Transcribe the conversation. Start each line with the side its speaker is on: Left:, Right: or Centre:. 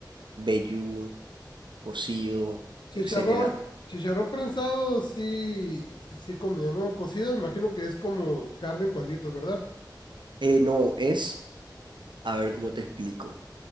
Right: vellú, cocido,
Left: Chicharrón,
Right: etcétera.
Left: chicharrón prensado, sí, sí he comido, ¿no? Cocido, imagino que es como carne en cuadritos, ¿verdad?
Right: Eh, no, es, a ver cómo te explico.